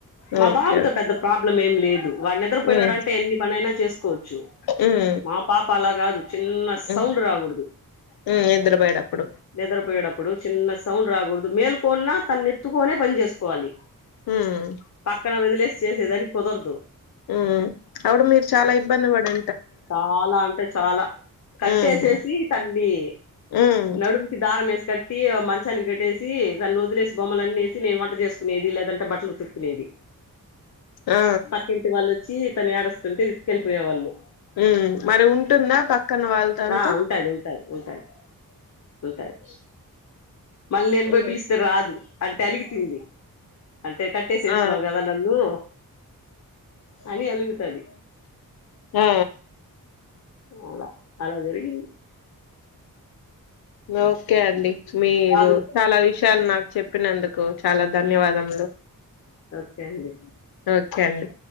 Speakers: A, on the left; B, on the left.
A: మా
B: ఓకే
A: బాబుతో
B: ఓకే
A: పెద్ద ప్రాబ్ బ్లం ఏం లేదు వాడు నిద్రపోయినాడంటే.
B: మ్మ్
A: ఎన్ని పనైనా చేస్ కొచ్చు.
B: మ్మ్
A: మా పాప అలా గాదు. చిన్న
B: మ్మ్
A: సౌండ్ రాగూడుదు
B: మ్మ్ నిద్రపోయేటప్పుడు
A: నిద్రపోయేడప్ ప్పుడు చిన్న సౌండ్ రాగూడుదు. మేల్కోన్న తన్ ఎత్తుకునే పని చేసుకోవాలి.
B: మ్మ్
A: పక్కన వదిలేసి చేసేదానిక్ కుదర్దు
B: ఉమ్ అప్పుడ్ మీరు చాలా ఇబ్బంది. పడే
A: చాలా అంటే చాలా. కట్టేసేసి
B: మ్మ్
A: తన్ని
B: ఉమ్
A: నడుముకి దారం మెస్ కట్టి మంచాన్నిగట్టేసి దాన్ని వదిలేసి బొమ్మలన్నేసి. నేను వంట చేసుకునేది, లేదంటే బట్టల్ ఉ తుకునేది.
B: ఆ
A: పక్కింటి వాళ్లొచ్చి తను యాడుస్తుంటే. కేళ్లిపోయేవాళ్ళు
B: ఉ మరి ఉంటుందా పక్కన వాళ్ళతో అంతా
A: ఆ ఉంటాది ఉంటాది ఉంటాది ఉంటాది మళ్ళీ నేను పోయి
B: ఉమ్,
A: పిలిస్తే రాదు అంటే అలుగుతుంది అంటే కట్టేసేస్తున్నావు
B: ఆ
A: కదా నన్ను అని అలుగుతది
B: ఆ
A: అలా అలా జరిగింది
B: ఓకే అండి మీరు
A: బాగా
B: చాలా విషయాలు నాకు చెప్పినందుక్ కు చాలా ధన్యవాదములు
A: ఓకే అండి
B: ఓకే అండి